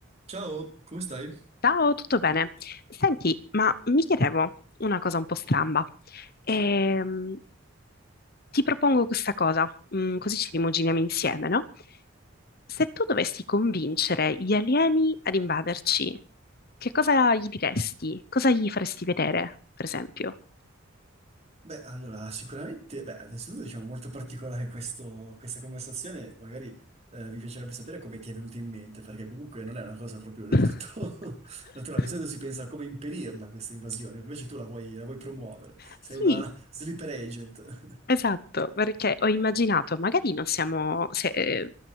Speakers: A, on the right; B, on the left.
A: Ciao, come stai?
B: Ciao, tutto bene? Senti, ma mi chiedevo una cosa un po' stramba. Ehm, ti propongo questa cosa, mm, così ci rimuginiamo insieme, no? Se tu dovessi convincere gli alieni ad invaderci, che cosa gli diresti? Cosa gli faresti vedere, per esempio?
A: Beh, allora, sicuramente, beh, innanzitutto diciamo molto particolare questo- questa conversazione, magari eh, mi piacerebbe sapere come ti è venuta in mente, perché comunque non è una cosa proprio del
B: <laughs>
A: tutto <laughs> naturale, di solito si pensa a come impedirla questa invasione, invece tu la vuoi, la vuoi promuovere,
B: Sì,
A: sei una sleeper agent.
B: Esatto, perché ho immaginato, magari non siamo, se, eh,